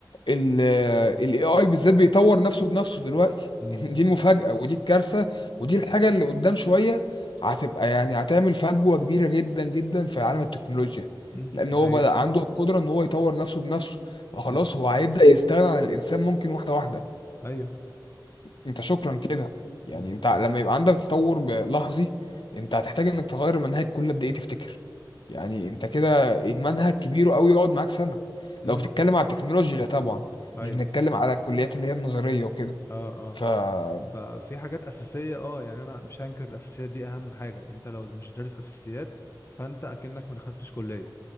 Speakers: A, on the left; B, on the left.
A: ال الاي اي بالذات بيطور نفسه بنفسه دلوقتي
B: م.
A: <laughs> دي المفاجأة ودي الكارثة ودي الحاجة اللي قدام شوية هتبقى يعني هتعمل فجوة كبيرة جدا جدا في عالم التكنولوجيا
B: امم
A: لان
B: دي
A: هو
B: حقيقة
A: بدأ عنده القدرة ان هو يطور نفسه بنفسه فخلاص
B: امم
A: هو هيبدأ يستغنى عن الانسان ممكن واحدة واحدة
B: ايوه
A: انت شكرا كده يعني
B: آه.
A: انت لما يبقى عندك تطور ب- لحظي انت هتحتاج انك تغير المنهج كل قد ايه تفتكر يعني انت كده المنهج كبير قوي يقعد معاك سنة لو
B: امم
A: بتتكلم على التكنولوجيا طبعا
B: ايوه
A: مش بنتكلم على الكليات اللي هي النظرية وكده
B: اه اه
A: فانت
B: ففي حاجات اساسية اه يعني انا مش هنكر الاساسيات دي اهم حاجة انت لو مش دارس اساسيات فانت اكنك ما دخلتش كلية